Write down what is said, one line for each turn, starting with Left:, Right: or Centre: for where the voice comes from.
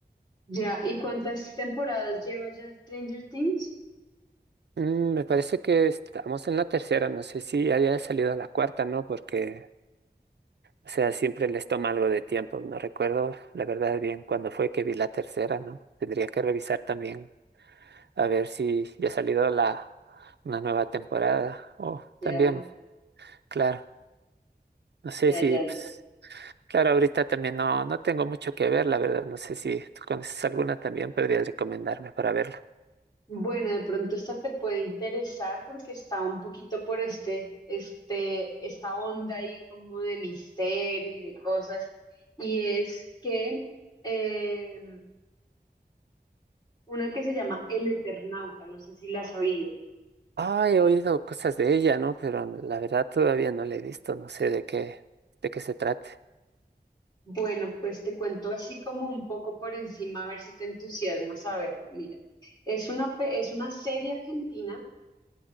Left: Ya, ¿y cuántas temporadas lleva ya Stranger Things?
Right: Mm, me parece que estamos en la tercera, no sé si haya salido la cuarta, ¿no? Porque, o sea, siempre les toma algo de tiempo. No recuerdo, la verdad, bien cuándo fue que vi la tercera, ¿no? Tendría que revisar también. a ver si ya ha salido la, una nueva temporada. O
Left: Ya,
Right: también, claro, no sé
Left: ya,
Right: si,
Left: ya,
Right: pues,
Left: ya.
Right: claro, ahorita también no, no tengo mucho que ver, la verdad. No sé si tú conoces alguna también, podrías recomendarme para verla.
Left: Bueno, de pronto esta te puede interesar porque está un poquito por este, este, esta onda ahí como de misterio y de cosas. Y es que eh, una que se llama El Eternauta, no sé si la has oído.
Right: Ah, he oído cosas de ella, ¿no? Pero la verdad todavía no la he visto, no sé de qué, de qué se trate.
Left: Bueno, pues te cuento así como un poco por encima, a ver si te entusiasma saberla. Mira, es una, pe- es una serie argentina